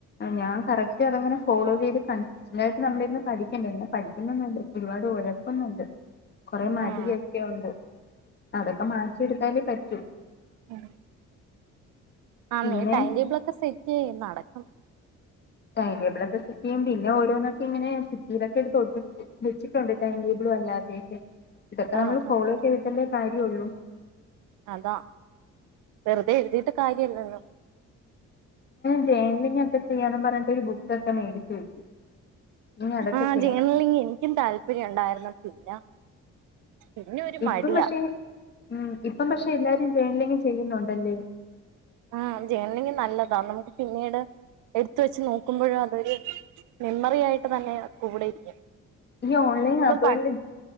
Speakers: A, on the left; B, on the right.
A: ഞാൻ കറക്റ്റ് അത്ങ്ങനെ ഫോളോ ചെയ്ത് കൺസിസ്ന്റായിട്ട് നമ്മളിന്ന് പഠിക്കണ്ടെ പഠിക്കുന്നൊന്നൂല്ല, ഒരുപാട് ഉഴപ്പുന്നുണ്ട് കുറെ മടിയൊക്കെ
B: ആഹ്
A: ഉണ്ട് അതൊക്കെ മാറ്റിയെടുത്താലേ പറ്റൂ
B: ഉം ആ
A: പിന്നെ
B: നീ ടൈം ടേബിൾ ഒക്കെ സെറ്റ് ചെയ്യ് നടക്കും
A: ടൈം ടേബിളൊക്കെ സെറ്റ് ചെയും പിന്നെ ഓരോന്നക്കെ ഇങ്ങനെ ബിത്തിയിലൊക്കെ ഒട്ടിച്ച് വെച്ചിട്ടുണ്ട് ടൈ ടേബിൾ ല്ലാത, ഇതൊക്കെ നമ്മൾ
B: ആഹ്
A: ഫോളോ
B: ആഹ്
A: ചെയ്ട്ടല്ലേ കാര്യള്ളു
B: അതാ വെറുതെ എഴുതിയിട്ട് കാര്യല്ലല്ലോ
A: സ്റ്റാമിനി ഒക്കെ ചെയ്യണന്ന് പറഞ്ഞിട്ട് ഒരു ബുക്കൊക്കെ മേടിച്ചു വെച്ചു ഇനി അതൊക്കെ
B: ആ
A: ചെയ്യണം
B: ചെയ്യണില്ലെങ്കിൽ എനിക്കും താല്പര്യം ഉണ്ടായിരുന്നു പിന്നെ പിന്നെ ഒരു
A: ഇപ്പം
B: മടിയാ
A: പക്ഷെ ഉം ഇപ്പം പക്ഷെ എല്ലാരും ചെയ്യണല്ലെങ്കി ചെയ്യുന്നുണ്ടല്ലേ
B: ആ ജെർണ്ലിങ് നല്ലതാ നമുക്ക് പിന്നീട് എടുത്ത വെച്ച് നോക്കുമ്പോഴും അതൊരു മെമ്മറിയയിട്ട് തന്നെ കൂടെ ഇരിക്കും
A: ഈ ഓൺലൈൻ
B: നമ്മള്
A: ആപ്പുകളില്
B: പ